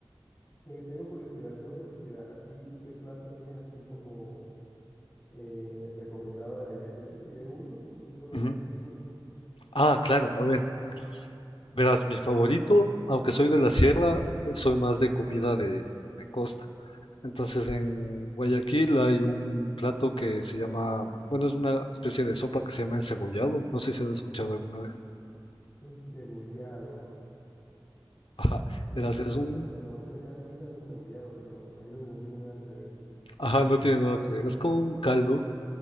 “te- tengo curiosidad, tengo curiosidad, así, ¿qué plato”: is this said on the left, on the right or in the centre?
Left